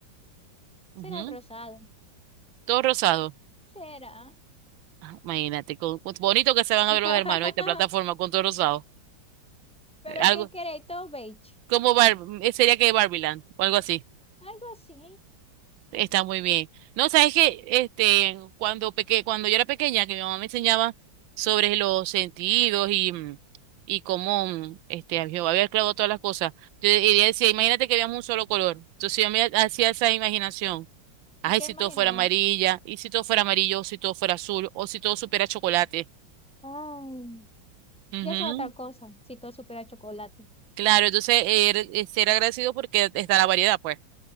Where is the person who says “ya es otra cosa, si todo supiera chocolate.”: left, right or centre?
Centre